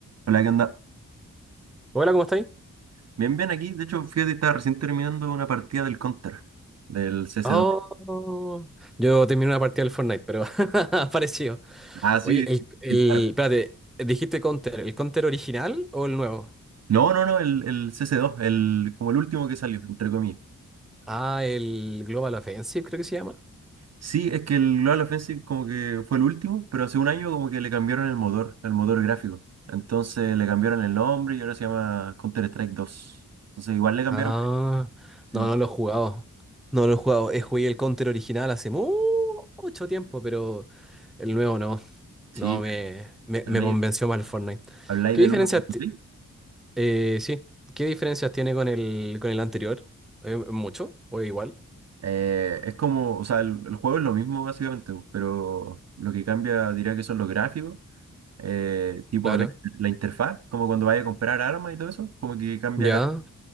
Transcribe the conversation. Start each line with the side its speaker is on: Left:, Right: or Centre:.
Right: Hola, ¿qué onda?
Centre: Hola, ¿cómo estáis?
Right: Bien, bien aquí. De hecho, fíjate, estaba recién terminando una partida del Counter, del CC2.
Centre: Oh, yo terminé una partida del Fortnite, pero <laughs> apareció.
Right: Ah, sí,
Centre: Oye, el, el,
Right: dispara.
Centre: espérate, dijiste Counter, ¿el Counter original o el nuevo?
Right: No, no, no, el, el CC2, el, como el último que salió, entre comillas.
Centre: Ah, el Global Offensive creo que se llama.
Right: Sí, es que el Global Offensive como que fue el último, pero hace un año como que le cambiaron el motor, el motor gráfico. Entonces le cambiaron el nombre y ahora se llama Counter-Strike dos Entonces igual le cambiaron.
Centre: Ah,
Right: Sí,
Centre: no, no lo he jugado. No lo he jugado. He jugué el Counter original hace mu- mucho tiempo, pero el nuevo no.
Right: sí.
Centre: No me, me,
Right: ¿Habláis,
Centre: me convenció más el Fortnite.
Right: habláis
Centre: ¿Qué
Right: del
Centre: diferencias,
Right: 1.6?
Centre: ti- eh, sí, qué diferencias tiene con el, con el anterior? Eh, ¿Mucho o igual?
Right: Eh, es como, o sea, el, el juego es lo mismo básicamente, pues, pero lo que cambia diría que son los gráficos, eh, tipo
Centre: Claro.
Right: la, la interfaz, como cuando vaya a comprar armas y todo eso, como que cambia.
Centre: ¿Ya?
Right: cal-